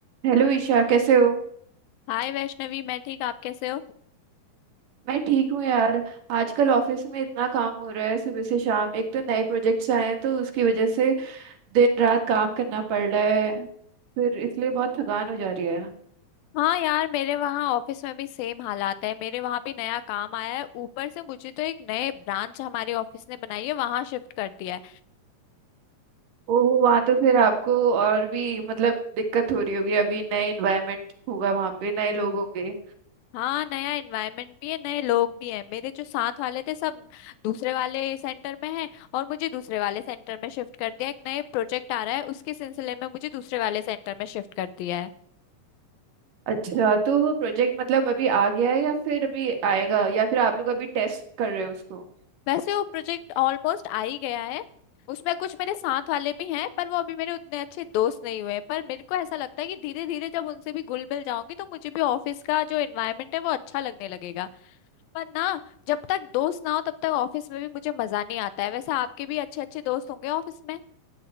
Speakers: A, on the right; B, on the left.
A: हेलो ईशा कैसे हो
B: हाय वैष्णवी मैं ठीक आप कैसे हो
A: मैं ठीक हूँ यार आजकल ऑफिस में इतना काम हो रहा है सुबह से शाम एक तो नए प्रोजेक्ट्स आए हैं तो उसकी वजह से दिन रात काम करना पड़ रहा है फिर इसलिए बहुत थकान हो जा रही है
B: हाँ यार मेरे वहाँ ऑफिस में भी सेम हालात है मेरे वहाँ भी नया काम आया है ऊपर से मुझे तो एक नए ब्रांच हमारे ऑफिस ने बनाई है वहाँ शिफ्ट कर दिया है
A: ओहो वहाँ तो फिर आपको और भी मतलब दिक्कत हो रही होगी अभी नए इन्वायरमेंट होगा वहाँ पे नए लोग होंगे
B: हाँ नया एनवायरनमेंट भी है नए लोग भी हैं मेरे जो साथ वाले थे सब दूसरे वाले सेंटर में हैं और मुझे दूसरे वाले सेंटर में शिफ्ट कर दिया एक नए प्रोजेक्ट आ रहा है उसके सिलसिले में मुझे दूसरे वाले सेंटर में शिफ्ट कर दिया है
A: अच्छा तो वो प्रोजेक्ट मतलब अभी आ गया है या फिर अभी आएगा या फिर आप लोग अभी टेस्ट कर रहे हो उसको
B: वैसे वो प्रोजेक्ट ऑलमोस्ट आ ही गया है उसमें कुछ मेरे साथ वाले भी हैं पर वो अभी मेरे उतने अच्छे दोस्त नहीं हुए हैं। पर मेरे को ऐसा लगता है कि धीरे धीरे जब उनसे भी घुल मिल जाऊंगी तो मुझे भी ऑफिस का जो एनवायरनमेंट है वो अच्छा लगने लगेगा पर ना जब तक दोस्त ना हो तब तक ऑफिस में भी मुझे मजा नहीं आता है वैसे आपके भी अच्छे अच्छे दोस्त होंगे ऑफिस में